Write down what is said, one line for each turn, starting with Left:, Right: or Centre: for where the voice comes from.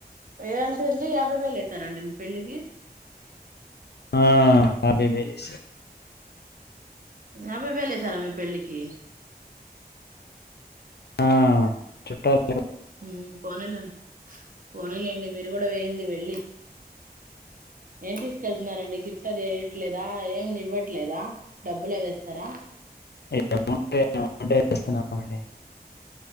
Right: ఏంతిది యాభి వే లే ఇస్తారాండి మీ ప పెళ్ికి
Left: ఆ అభ వెలి
Right: యాభై వేలు వేసారా మీ పెళ్ళికి
Left: ఆ <unintelligible> చుట్టల్
Right: మ్మ్ పోనిలేండి పోనిలేండి, మీరు కూడా వేయిండి వెళ్ళి ఏమ్ తీసుకెల్ నారండి గిఫ్ట్ అది వేయట్లేదా ఏం ఇవ్ ఇవ్వట్లేదా డబ్బులే వేస్తారా
Left: ఇగ అమౌంటే అమౌంటే ఎస్తున్నాం అండి